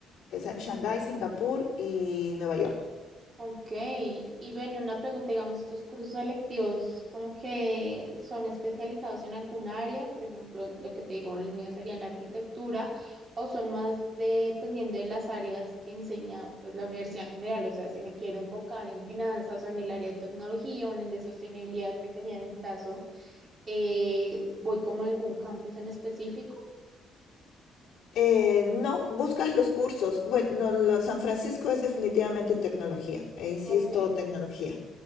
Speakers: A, on the left (about 65°); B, on the right (about 25°).
A: o sea, Shanghái, Singapur y Nueva York.
B: Ok, y bueno, una pregunta, digamos, estos cursos selectivos, ¿como que son especializados en alguna área? Por ejemplo, lo que te digo, el mío sería en arquitectura, o son más dependiendo de las áreas que enseña pues la universidad en general, o sea, si me quiero enfocar en finanzas o en el área de tecnología o en el de sostenibilidad, que sería en mi caso, eh, voy como a algún campus en específico.
A: Eh, no, buscas los cursos. Bueno, no, lo- San Francisco es definitivamente tecnología. Ahí sí
B: Ok,
A: es todo tecnología.